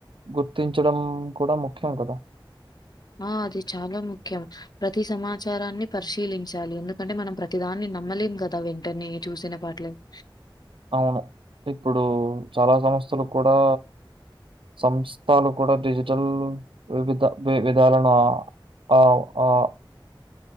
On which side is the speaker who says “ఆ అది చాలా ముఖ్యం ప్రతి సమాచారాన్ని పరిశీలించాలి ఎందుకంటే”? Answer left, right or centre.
Left